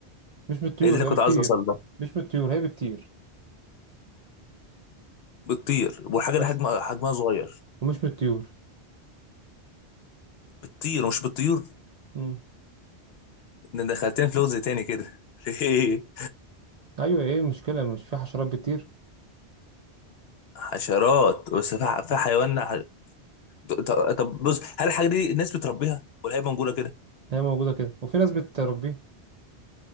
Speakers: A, on the right (about 45°); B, on the left (about 70°).
A: مش من الطيور
B: ايه دي اللي
A: هي
B: كنت
A: بتطير
B: عايز اوصل لها
A: مش من الطيور هي بتطير
B: بتطير والحاجة
A: بس
B: دي حجمها حجمها صغير
A: ومش من الطيور
B: بتطير مش بتطير
A: مم.
B: ده دخلتني في لغز تاني كده <laughs>
A: ايوه ايه المشكلة مش في حشرات بتطير
B: حشرات بس في ح- في حيوان ح- ط- طب بص هل الحاجه دي الناس بتربيها ولا هي موجوده كده
A: هي موجودة كده وفي ناس بتربيه